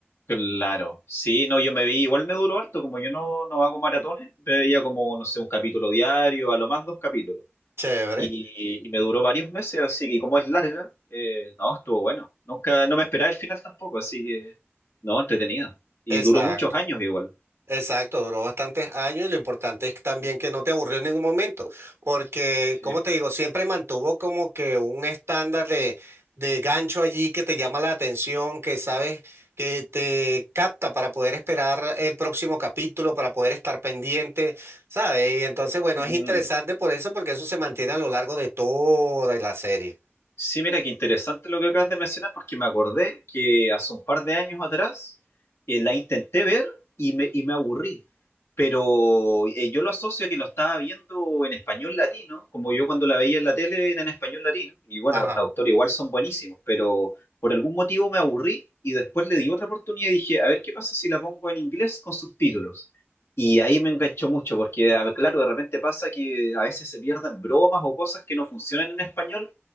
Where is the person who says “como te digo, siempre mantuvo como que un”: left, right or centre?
Right